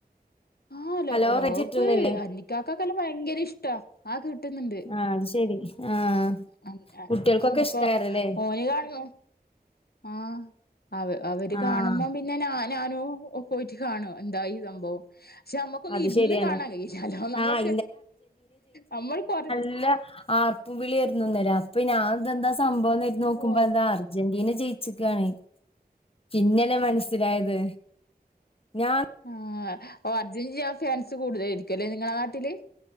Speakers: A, on the left; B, on the left.
A: ആഹ് ലോ
B: ഹലോ
A: ലോക
B: റേഞ്ച്
A: കപ്പ്
B: കിട്ടുന്നില്ലേ?
A: എന്റിക്കാക്കെല്ലാം ഭയങ്കര ഇഷ്ട ആൾക്ക് കിട്ടുന്നുണ്ട്
B: ആഹ് അത് ശരി ആഹ്
A: അ
B: കുട്ടികൾക്കൊക്കെ
A: അപ്പൊ
B: ഇഷ്ടായിരുന്നല്ലേ?
A: ഓൽ കാണുന്നു ആഹ് അവ അവര്
B: ആഹ്
A: കാണുമ്പോ പി പിന്നെ ഞാനു പോയിട്ട് കാണും എന്തായി സംഭവം പക്ഷെ നമ്മുക്കൊന്നും
B: അത്
A: ഇരുന്ന്
B: ശെരിയാണ്.
A: കാണാൻ കഴിയില്ല അല്ല നമ്മുക്ക്
B: ആഹ്
A: നമ്മൾ കൊറച്ച്
B: ഇല്ല ആർപ്പും വിളിയിരുന്നുന്നലെ അപ്പൊ ഞാൻ എന്താ സംഭവം നോക്കുമ്പോ
A: ഓ
B: എന്താ അർജന്റീന ജയിച്ച ച് ക്കാണ് പിന്നല്ലേ മനസ്സിലായത് ഞാൻ
A: ആഓ അർജന്റീന ഫാൻസ് കൂടുതലായിരിക്കുംല്ലേ നിങ്ങളെ നാട്ടില്